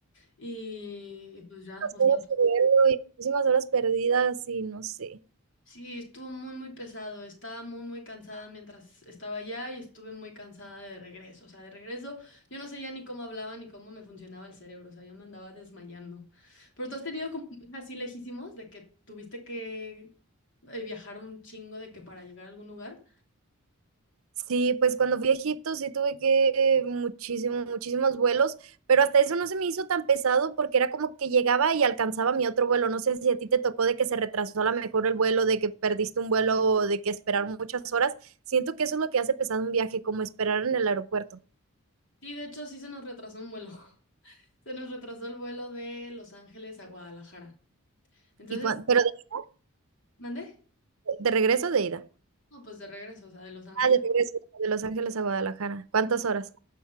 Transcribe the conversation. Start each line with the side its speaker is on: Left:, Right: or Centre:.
Left: y, y pues ya, o sea,
Right: Muchísimas horas perdidas y muchísimas horas perdidas y no sé.
Left: Sí, estuvo muy, muy pesado. Estaba muy, muy cansada mientras estaba allá y estuve muy cansada de regreso. O sea, de regreso yo no sé ya ni cómo hablaba ni cómo me funcionaba el cerebro. O sea, yo me andaba desmayando. Pero tú has tenido como un viaje así lejísimos de que tuviste que eh, viajar un chingo de que para llegar a algún lugar.
Right: Sí, pues cuando fui a Egipto sí tuve que muchísimo, muchísimos vuelos, pero hasta eso no se me hizo tan pesado porque era como que llegaba y alcanzaba mi otro vuelo. No sé si a ti te tocó de que se retrasó a lo mejor el vuelo, de que perdiste un vuelo o de que esperar muchas horas. Siento que eso es lo que hace pesado un viaje, como esperar en el aeropuerto.
Left: Sí, de hecho sí se nos retrasó un vuelo. <laughs> Se nos retrasó el vuelo de Los Ángeles a Guadalajara. Entonces,
Right: Y cuan pero de
Left: ¿mandé?
Right: de regreso o de ida.
Left: No, pues de regreso, o sea, de Los Ángeles.
Right: Ah, de regreso de Los Ángeles a Guadalajara, ¿cuántas horas?